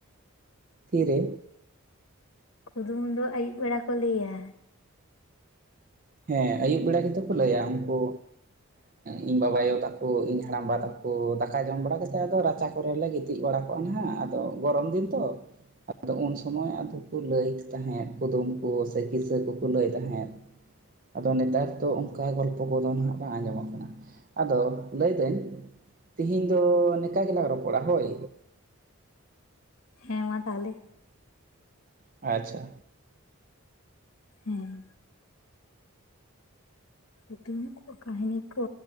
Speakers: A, on the right; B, on the left.
A: ᱛᱤᱨᱮ?
B: ᱠᱩᱫᱩᱢᱩ ᱫᱚ ᱟᱹᱭᱩᱵ ᱵᱮᱲᱟ ᱠᱚ ᱞᱟᱹᱭ ᱟ
A: ᱦᱮᱸ ᱟᱹᱭᱩᱵ ᱵᱮᱲᱟ ᱜᱮᱛᱚ ᱠᱚ ᱞᱟᱹᱭᱟ ᱩᱱᱠᱩ ᱤᱧ ᱵᱟᱵᱟ ᱟᱭᱳ ᱛᱟᱠᱚ ᱤᱧ ᱦᱟᱲᱟᱢᱵᱟ ᱛᱟᱠᱚ ᱫᱟᱠᱟ ᱡᱚᱢ ᱵᱟᱲᱟ ᱠᱟᱛᱮᱫ ᱟᱫᱚ ᱨᱟᱪᱟ ᱠᱚᱨᱞᱮ ᱜᱤᱛᱤᱡ ᱵᱟᱲᱟ ᱠᱚᱜ-ᱟ ᱱᱟᱦᱟᱜ ᱟᱫᱚ ᱜᱚᱨᱚᱢ ᱫᱤᱱ ᱛᱚ, ᱟᱫᱚ ᱩᱱ ᱥᱚᱢᱚᱭ ᱟᱫᱚ ᱠᱚ ᱞᱟᱹᱭ ᱛᱟᱦᱮᱸᱫ ᱠᱩᱫᱩᱢ ᱠᱚ ᱥᱮ ᱠᱤᱥᱟᱹ ᱠᱚᱠᱚ ᱞᱟᱹᱭ ᱛᱟᱦᱮᱸᱫ ᱟᱫᱚ ᱱᱮᱛᱟᱨ ᱫᱚ ᱚᱱᱠᱟ ᱜᱚᱞᱯᱚ ᱠᱚᱫᱚ ᱦᱟᱸᱜ ᱵᱟᱝ ᱟᱸᱡᱚᱢᱚᱜ ᱠᱟᱱᱟ ᱟᱫᱚ ᱞᱟᱹᱭᱫᱟᱹᱧ ᱛᱤᱦᱤᱧ ᱫᱚ ᱱᱤᱠᱟ ᱜᱮᱞᱟᱝ ᱨᱚᱯᱚᱲᱟ ᱦᱳᱭ
B: ᱦᱮᱸ ᱢᱟ ᱛᱟᱦᱚᱞᱮ
A: ᱟᱪᱪᱷᱟ᱾
B: ᱦᱮᱸ᱾ ᱠᱩᱫᱩᱢ ᱠᱚ, ᱠᱟᱹᱦᱱᱤ ᱠᱚ